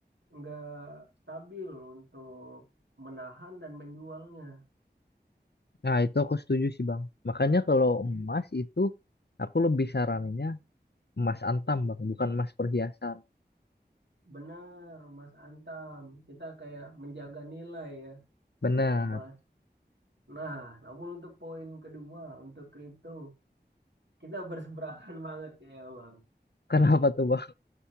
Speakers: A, on the right; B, on the left.
A: nggak stabil untuk menahan dan menjualnya.
B: Nah, itu aku setuju sih, Bang. Makanya kalau
A: Jadi
B: emas itu aku lebih saraninnya emas antam, Bang, bukan emas perhiasan.
A: Benar, Mas Antam. Kita kayak menjaga nilai ya
B: Benar.
A: kalau emas. Nah, namun untuk poin kedua, untuk kripto, kita berseberangan <laughs> banget ya, Bang.
B: <laughs> Kenapa tuh, Bang?